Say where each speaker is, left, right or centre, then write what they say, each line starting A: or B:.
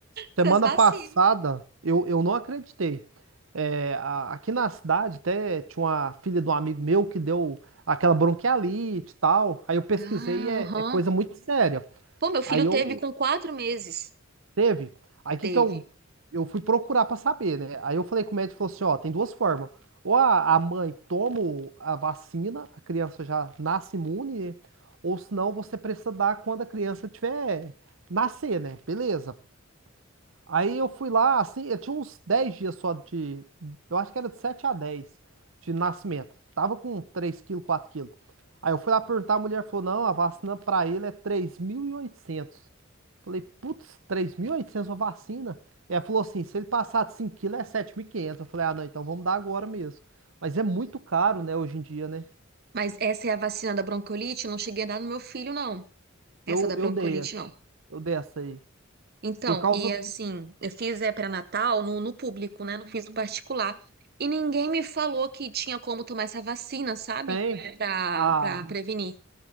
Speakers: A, on the right; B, on the right.
A: semana
B: essas vacinas.
A: passada eu, eu não acreditei. É, a- aqui na cidade até tinha uma filha de um amigo meu que deu aquela bronquialite e tal. Aí eu pesquisei,
B: Ah,
A: é,
B: aham.
A: é coisa muito séria.
B: Pô, meu filho
A: Aí eu
B: teve com quatro meses.
A: Teve? Aí o que
B: Teve.
A: que eu, eu fui procurar pra saber, né? Aí eu falei com o médico, ele falou assim, ó, tem duas formas. Ou a, a mãe toma o- a vacina, a criança já nasce imune, né? Ou senão você precisa dar quando a criança tiver nascer, né? Beleza. Aí eu fui lá, assim, eu tinha uns 10 dias só de. Eu acho que era de 7 a 10 de nascimento. Tava com 3 quilos, 4 quilos. Aí eu fui lá perguntar, a mulher falou: não, a vacina pra ele é três mil e oitocentos Falei: putz, 3.800 uma vacina? E ela falou assim: se ele passar de 5 quilos é sete mil e quinhentos Eu falei: ah, não, então vamos dar agora mesmo. Mas é muito caro, né, hoje em dia, né?
B: Mas essa é a vacina da bronquiolite? Eu não cheguei a dar no meu filho, não. Essa
A: Eu,
B: da bronquiolite,
A: eu dei,
B: não.
A: eu dei essa aí.
B: Então,
A: Por causa.
B: e assim, eu fiz é pré-natal no, no público, né? Não fiz no particular. E ninguém me falou que tinha como tomar essa vacina, sabe?
A: Tem.
B: Pra,
A: A,
B: pra prevenir.